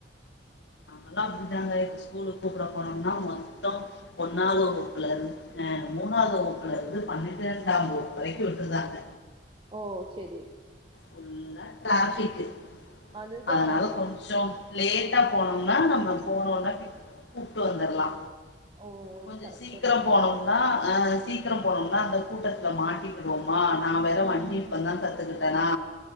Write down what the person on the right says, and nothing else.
ஓ செரி
அதுதா
ஓ
கரெக்ட்டுதா
ம்
ம்